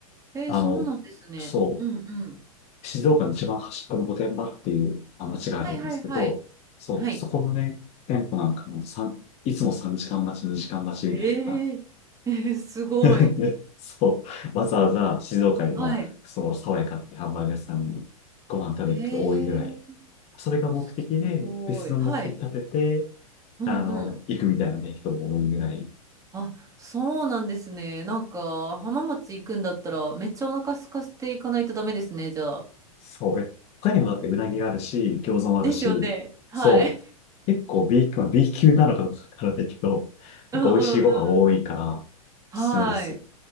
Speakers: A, on the right; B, on the left.
A: へえ、
B: あの、
A: そうなんですね。
B: そ
A: うんうん。
B: う、静岡の一番端っこの御殿場っていうあ町があるんですけど、
A: はいはいはい。
B: そう、
A: はい。
B: そこのね、店舗なんかもさんいつも3時間待ち、2時間待ちみたいな、
A: ええ。<laughs> えー、すごい。
B: <laughs> ねそう。わざわざ静岡に、
A: はい。
B: まあ、その爽やかってハンバーガー屋さんにご飯食べに行くと多いぐらい。
A: へえ。
B: それが目的で、
A: すごい。
B: 別の目的立てて、
A: はい。うんうん。
B: あの、行くみたいなね、人も多いぐらい。
A: あ、そうなんですね。なんか、浜松行くんだったら、めっちゃお腹空かせていかないとダメですね、じゃあ。
B: そう。え他にもだってうなぎがあるし、餃子もあるし、
A: ですよね。はい。
B: そう。結構 B 級、まあ、B 級なのかどうかわからないけど、
A: <laughs>
B: 結構美味しいご飯多いから、
A: うんうんうん。
B: おすすめです。
A: はい。